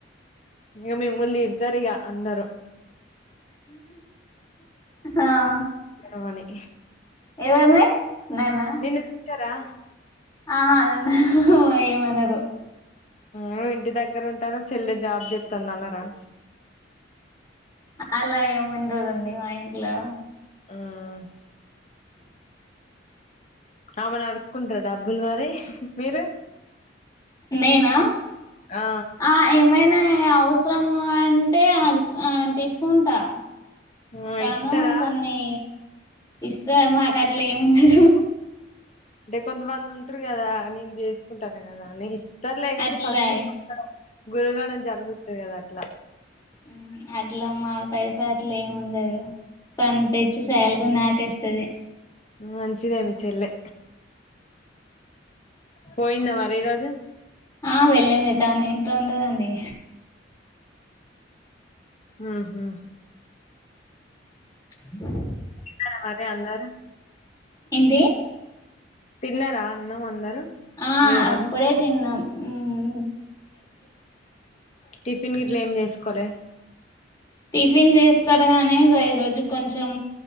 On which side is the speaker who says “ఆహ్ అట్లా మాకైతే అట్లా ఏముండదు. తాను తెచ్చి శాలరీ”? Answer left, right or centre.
Left